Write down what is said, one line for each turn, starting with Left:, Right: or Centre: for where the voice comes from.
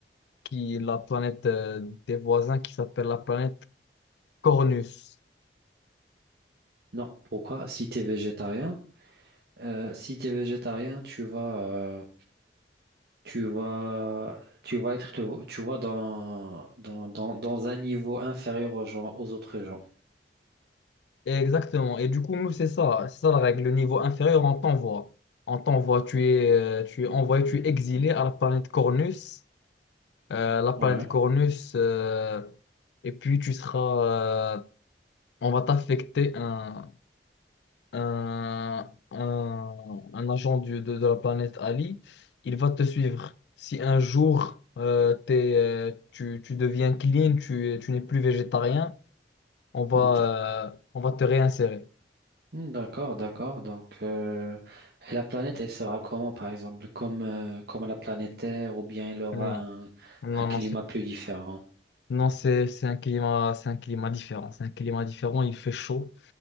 Left: qui, la planète euh, des voisins qui s'appelle la planète Cornus.
Right: Non, pourquoi? Si t'es végétarien, euh, si t'es végétarien, tu vas, euh, tu vas, tu vas être, tu, tu vois, dans, dans, dans, dans un niveau inférieur aux gens, aux autres gens.
Left: Et exactement. Et du coup, nous, c'est ça. C'est ça la règle. Le niveau inférieur, on t'envoie. On t'envoie, tu es, euh, tu es envoyé, tu es exilé à la planète Cornus. euh, la planète
Right: Ouais.
Left: Cornus, euh, et puis tu seras, euh, on va t'affecter un, un, un, un agent du- de, de la planète Ali. Il va te suivre. Si un jour euh, t'es, euh, tu, tu deviens clean, tu, tu n'es plus végétarien, on va,
Right: En tout-
Left: euh, on va te réinsérer.
Right: Hmm, D'accord, d'accord. Donc, euh, et la planète, elle sera comment, par exemple? Comme, euh, comme la planète Terre, ou bien elle aura
Left: Non,
Right: un,
Left: non,
Right: un climat
Left: non, c'est,
Right: plus différent?
Left: non, c'est, c'est un climat, c'est un climat différent. C'est un climat différent. Il fait chaud.